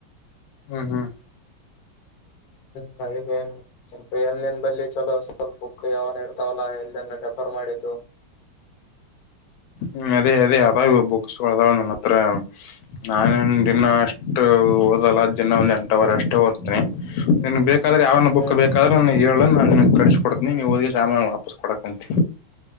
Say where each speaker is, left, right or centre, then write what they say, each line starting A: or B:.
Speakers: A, on the left (about 80°); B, on the left (about 60°).
A: ಹ್ಮ್ ಹ್ಮ್
B: ಹ ಸಲ್ಪರಿ ಲ್ಲಿ ಚಲೋ ಸ್ವಲ್ಪ ಬುಕ್ ಯಾವನ ಇರ್ತಾವಲ್ಲಾ ಎಲ್ಲೆಲ್ಲ ರೆಫರ್ ಮಾಡಿದ್ದು
A: ಹ್ಮ್ ಅದೇ ಅದೇ ಅ ಬುಕ್ಸ್ದ ನನ್ನ ಹತ್ರ ನಾನೇನ್ ದಿನ ಅಷ್ಟು ದ ಒಂದ್ ಎಂಟವರ ಅಷ್ಟೇ ಓದ್ತೇನೆ ಬೇಕ ್ರೆ ಅವ್ರನ್ನ
B: ಹ್ಮ್
A: ಬು
B: ಹ್ಮ್
A: ಬೇಕಾದ್ರ ಹೇಳ ಕಳಿಸ್ ಕೊಡ್ತೀನಿ ನೀವು ಹದಿ ಸಾಮಾನ ವಾಪಸ್ ಕೊಡಕ್ಂತಿ